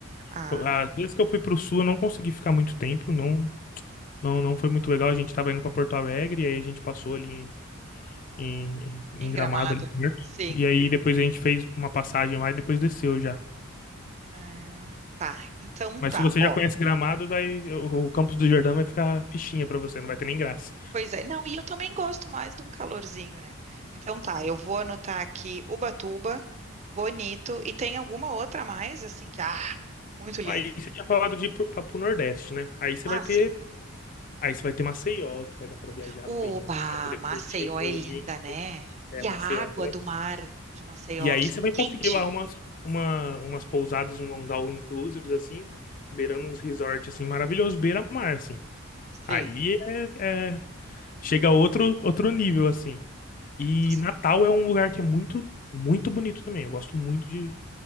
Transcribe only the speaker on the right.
Ah,
em
Gramado.
Sim.
Ah, tá. Então
tá,
ó.
Pois é. Não, e eu também gosto mais de um calorzinho, né? Então tá, eu vou anotar aqui Ubatuba, Bonito e tem alguma outra mais assim que ah, muito lindo.
Ah,
sim.
O
bah,
Maceió
é linda,
né?
E
a água
do mar de Maceió,
que
quente.
Sim.
Tu-